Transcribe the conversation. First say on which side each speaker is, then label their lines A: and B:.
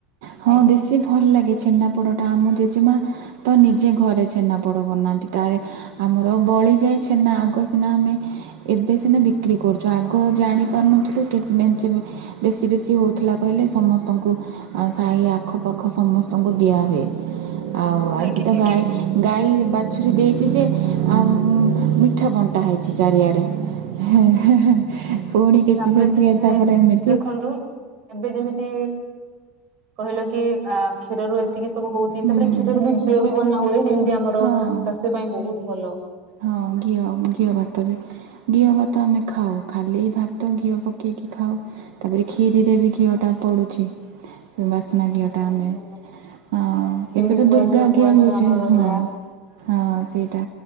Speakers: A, on the right; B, on the right.
A: ହଁ
B: ଆଜ୍ଞା।
A: ବେଶୀ ଭଲ ଲାଗେ ଛେନାପୋଡ଼ଟା ଆମ ଜେଜେମା ତ ନିଜେ ଘରେ ଛେନାପୋଡ଼ ବନାନ୍ତି। ତାରେ ଆମର ବଳିଯାଏ ଛେନା ଆଗ ସିନା ଆମେ ଏବେ ସିନା ବିକ୍ରି କରୁଚୁ ଆଗ ଜାଣି ପାରୁନଥିଲୁ କେ ମେଞ୍ଚେ ଏ ବେଶୀ ବେଶୀ ହଉଥିଲା କହିଲେ ସମସ୍ତଙ୍କୁ ସାହି ଆଖପାଖ ସମସ୍ତଙ୍କୁ ଦିଆ ହୁଏ। ଆଉ ଆଜି
B: ଆଜ୍ଞା
A: ତ
B: ଆଜ୍ଞା
A: ଗାଈ ଗାଈ ବାଛୁରୀ ଦେଇଚି ଯେ ଆମ୍ ମିଠା ବଣ୍ଟା ହେଇଚି ଚାରିଆଡ଼େ। ହେ ହେ ହେ ପୁଣି କିଛି
B: ତାପରେ
A: ଜିନିଷ ତାପରେ
B: ଏ,
A: ମି
B: ଦେଖନ୍ତୁ ଏବେ ଯେମିତି କହିଲ କି ଅଆ କ୍ଷୀରରୁ ଯେତିକି ସବୁ ହଉଚି
A: ହୁଁ
B: ତାପରେ କ୍ଷୀର ବି ଘିଅ ବି ବନା ହୁଏ। ଯେମିତି ଆମର
A: ହଁ
B: ସ୍ୱାସ୍ଥ୍ୟ ପାଇଁ ବହୁତ ଭଲ।
A: ହଁ ଘିଅ ଘିଅ ଭାତ ବି ଘିଅ ଭାତ ଆମେ ଖାଉ। ଖାଲି ଭାତ ଘିଅ ପକେଇକି ଖାଉ। ତାପରେ କ୍ଷିରିରେ ବି ଘିଅ ଟା ପଡୁଚି। ବାସନା
B: ଆଜ୍ଞା
A: ଘିଅ
B: ବହୁତ
A: ଟା ଆମେ
B: ଭଲ ଲାଗେ
A: ହଁ
B: ଯେମିତି
A: ଏବେ ତ
B: ଗୁଆ
A: ଦୁର୍ଗା
B: ଗୁଆ
A: ଘିଅ ମିଳୁଚି।
B: ଆମର ରହିଲା
A: ହଁ। ହଁ ସେଇଟା